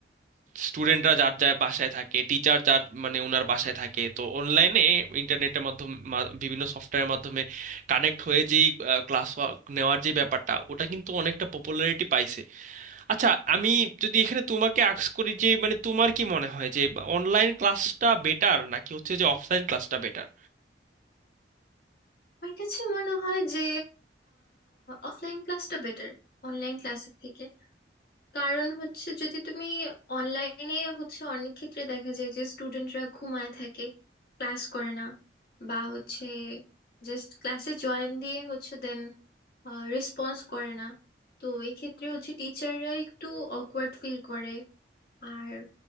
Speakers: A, on the right; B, on the left.
A: স্টুডেন্টরা যার যার বাসায় থাকে টিচার যার মানে ওনার বাসায় থাকে তো অনলাইনে ইন্টারনেটের মাধ্যমে মা- বিভিন্ন সফটওয়্যারের মাধ্যমে কানেক্ট হয়ে যেই ক্লাস নেওয়ার যে ব্যাপারটা ওটা কিন্তু অনেকটা পপুলারিটি পাইছে আচ্ছা আমি যদি এখানে তোমাকে আস্ক করি যে মানে তোমার কি মনে হয় যে অনলাইন ক্লাসটা বেটার নাকি হচ্ছে যে অফলাইন ক্লাসটা বেটার
B: আমার কাছে মনে হয় যে অফলাইন ক্লাসটা বেটার অনলাইন ক্লাসের থেকে কারণ হচ্ছে যদি তুমি অনলাইনে হচ্ছে অনেক ক্ষেত্রে দেখা যায় যে স্টুডেন্টরা ঘুমায় থাকে ক্লাস করে না বা হচ্ছে জাস্ট ক্লাসে জয়েন দিয়ে হচ্ছে দেন রেসপন্স করে না তো এক্ষেত্রে হচ্ছে টিচাররা একটু অকওয়ার্ড ফিল করে আর